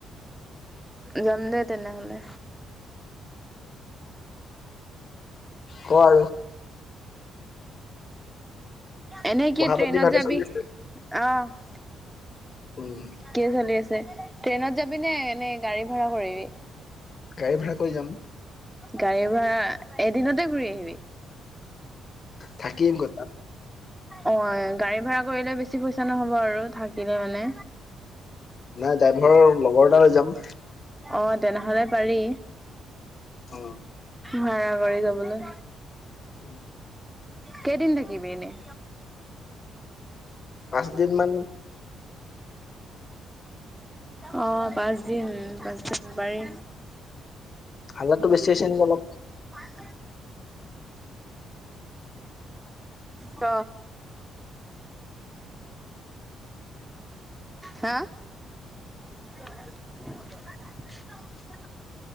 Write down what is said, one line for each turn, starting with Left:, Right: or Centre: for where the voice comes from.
Centre: যাম দে তেনেহলে।
Left: ক আৰু,
Centre: এনেই
Left: পঢ়া
Centre: কি ট্ৰেইনত
Left: পাতি ভালে
Centre: যাবি।
Left: চলি আছে?
Centre: অঁ,
Left: উম,
Centre: কিয় চলি আছে, ট্ৰেইনত যাবি নে এনেই গাড়ী ভাৰা কৰিবি?
Left: গাড়ী ভাড়া কৰি যাম।
Centre: গাড়ী ভাৰা, এদিনতে ঘূৰি আহিবি।
Left: থাকিম কথা
Centre: অ গাড়ী ভাড়া কৰিলে বেছি পইচা নহব আৰু থাকিলে মানে
Left: নাই ড্ৰাইভৰৰ লগৰ এটালৈ যাম
Centre: অঁ তেনেহ'লে পাৰি
Left: অ
Centre: ভাড়া কৰি যাবলৈ
Left: উম
Centre: কেইদিন থাকিবি এনেই
Left: পাঁচ দিন মান
Centre: অ পাঁচদিন পাঁচদিন পাৰি।
Left: হাজাৰতটো বেছি হৈছে নেকি অলপ
Centre: <unintelligible> ত হা <unintelligible>